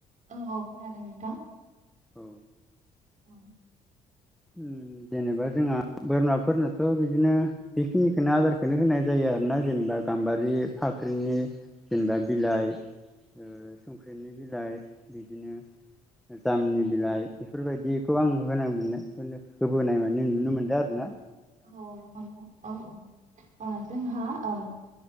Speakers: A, on the right; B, in the centre.
A: औ औ खोनादों नोंथां।
B: औ।
A: औ
B: उम जेनेबा जोंहा बोरमाफोरनोथ बिदिनो बेखिनिखोनो आदारखो होनाय जायो आरोना जेनेबा गाम्बारि फाख्रिनि जेनेबा बिलाइ ओ संख्रिनि बिलाइ, बिदिनो जामनि बिलाइ बेफोरबायदिखौ आं होनो मोनो। बेखौनो होबोनाय मे नुनो मोन्दों आरो ना।
A: औ नंगौ नोंथां औ औ ओ जोंहा औ।